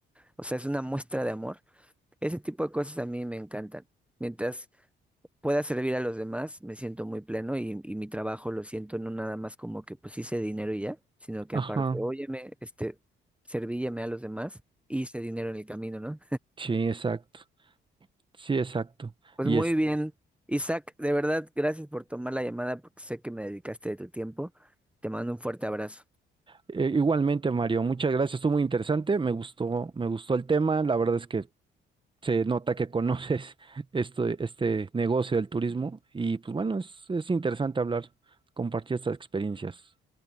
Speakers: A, in the centre; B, on the right.
A: o sea, es una muestra de amor, ese tipo de cosas a mí me encantan. Mientras pueda servir a los demás, me siento muy pleno y, y mi trabajo lo siento no nada más como que pues hice dinero y ya, sino que
B: Ajá.
A: aparte, óyeme, este, servílleme a los demás, hice dinero en el camino, ¿no?
B: Sí, exacto. Sí, exacto.
A: Pues
B: Y
A: muy
B: es
A: bien, Isaac, de verdad, gracias por tomar la llamada porque sé que me dedicaste de tu tiempo. Te mando un fuerte abrazo.
B: eh, igualmente, Mario, muchas gracias. Estuvo muy interesante. Me gustó, me gustó el tema. La verdad es que se nota que conoces <laughs> esto, este negocio del turismo. Y pues bueno, es, es interesante hablar, compartir estas experiencias.